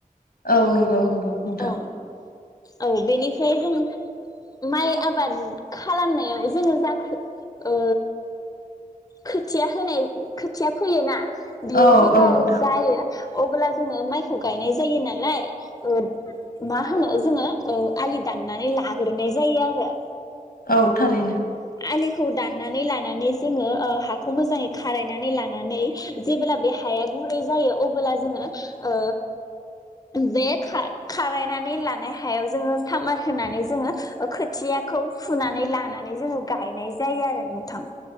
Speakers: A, on the left; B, on the left.
A: औ नंगौ। नोंथां
B: औ। औ बेनिफ्राय जों माइ आबाद खालामनायाव जोङो जाखो ओ खोथिया होनाय खोथिया फैयोना। बियो
A: औ
B: जेब्ला
A: औ नोंथां
B: जायो। अब्ला जोङो माइखौ गायनाय जायो नालाय ओ मा होनो जोङो ओ आलि दाननानै लाग्रोनाय जायो आरो।
A: औ थारैनो।
B: आलिखौ दाननानै लानानै जोङो ओ हाखौ मोजाङै खारायनानै लानानै जेब्ला बे हाया गुरै जायो अबोब्ला जोङो ओ बे खा खारायनानै लानाय हायाव जोङो सामार होनानै जोङो ओ खोथियाखौ फुनानै लानानै जोङो गायनाय जायो आरो नोंथां।